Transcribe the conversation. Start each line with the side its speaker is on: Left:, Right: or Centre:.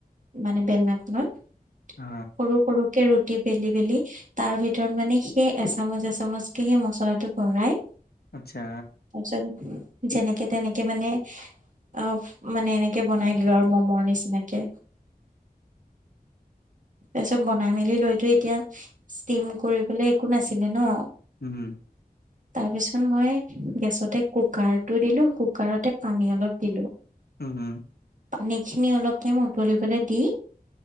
Right: মানে বেলনাখনত
Left: হা,
Right: সৰু-সৰুকে ৰুটি বেলি বেলি তাৰ ভিতৰত মানে সেই এচামচ এচামচকে সেই মচলাটো ভৰাই।
Left: আচ্ছা।
Right: তাৰপিছত যেনেকে তেনেকে মানে অ' মানে এনেকে বনাই দিলো আৰু মমৰ নিচিনাকে।
Left: <inaudible>
Right: তাৰপিছত বনাই মেলি লৈতো এতিয়া ষ্টিম কৰিবলৈ একো নাছিলে ন।
Left: হম।
Right: তাৰপিছত মই গেছতে কুকাৰটো দিলো, কুকাৰতে পানী অলপ দিলো,
Left: উম,
Right: পানী খিনি অলপ টাইম উতলিবলে দি।